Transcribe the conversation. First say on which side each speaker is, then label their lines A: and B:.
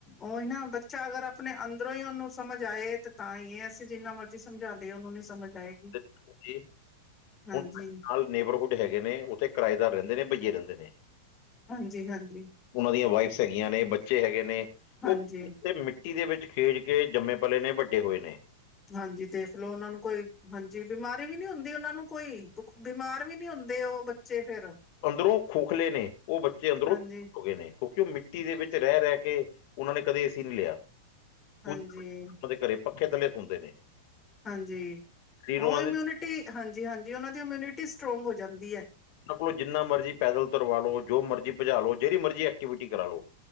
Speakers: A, on the left (about 25°); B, on the left (about 55°).
A: ਉਹੀ ਨਾ ਬੱਚਾ ਅਗਰ ਆਪਣੇ ਅੰਦਰੋਂ ਹੀ ਉਹਨੂੰ ਸਮਝ ਆਏ, ਤੇ ਤਾਂ ਹੀ ਐਹ ਅਸੀਂ ਜਿੰਨਾ ਮਰਜ਼ੀ ਜੀ ਸਮਝਾ ਦੇ, ਉਹਨੂੰ ਨੀ ਸਮਝ ਆਏਗੀ।
B: ਹਾਂਜੀ,
A: ਹਾਂਜੀ
B: ਹੁਣ ਨਾਲ ਨੇਬਰਹੁੱਡ ਹੈਗੇ ਨੇ। ਉੱਥੇ ਕਿਰਾਏਦਾਰ ਰੈਂਦੇ ਨੇ, ਬਈਏ ਰਹਿੰਦੇ ਨੇ।
A: ਹਾਂਜੀ- ਹਾਂਜੀ
B: ਉਹਨਾਂ ਦੀਆਂ ਵਾਈਫਸ ਹੈਗੀਆਂ ਨੇ, ਬੱਚੇ ਹੈਗੇ ਨੇ, ਉਹ
A: ਹਾਂਜੀ
B: ਤੇ ਮਿ ਮਿੱਟੀ ਦੇ ਵਿੱਚ ਖੇਡ ਕੇ, ਜੰਮੇ ਪਲੇ ਨੇ, ਵੱਡੇ ਹੋਏ ਨੇ।
A: ਹਾਂਜੀ ਦੇਖਲਓ, ਉਹਨਾਂ ਨੂੰ ਕੋ। ਹਾਂਜੀ, ਬਿਮਾਰੀ ਵੀ ਨੀ ਹੁੰਦੀ ਉਹਨਾਂ ਨੂੰ ਕੋਈ, ਬਿਮਾਰ ਵੀ ਨੀ ਹੁੰਦੇ ਉਹ ਬੱਚੇ ਫੇਰ।
B: ਅੰਦਰੋਂ ਖੋਖਲੇ ਨੇ, ਉਹ ਬੱਚੇ ਅੰਦਰੋਂ,
A: ਹਾਂਜੀ
B: ਹੋ ਗਏ ਨੇ ਕਿਉਂਕਿ, ਉਹ ਮਿੱਟੀ ਦੇ ਵਿੱਚ ਰਹਿ- ਰਹਿ ਕੇ, ਉਹਨਾਂ ਨੇ ਕਦੇ ਏ ਸੀ ਨਹੀਂ ਲਿਆ।
A: ਹਾਂਜੀ
B: ਉਨ, ਉਹਨਾਂ ਦੇ ਘਰੇ ਪੱਖੇ ਥੱਲੇ ਸੋਂਦੇ ਨੇ।
A: ਹਾਂਜੀ,
B: ਜ਼ੀਰੋ
A: ਉਹ ਇਮਿਊਨਿਟੀ,
B: ਦੇ
A: ਹਾਂਜੀ- ਹਾਂਜੀ ਉਹਨਾਂ ਦੀ ਇਮਿਊਨਿਟੀ ਸਟਰੋਂਗ ਹੋ ਜਾਂਦੀ ਐ।
B: ਉਹਨਾਂ ਕੋਲੋਂ ਜਿੰਨਾ ਮਰਜ਼ੀ ਪੈਦਲ ਤਰਵਾਲੋ, ਜੋ ਮਰਜ਼ੀ ਭਜ ਲਓ। ਜੇੜੀ ਮਰਜ਼ੀ ਐਕਟੀਵਿਟੀ ਕਰਾਲੋ।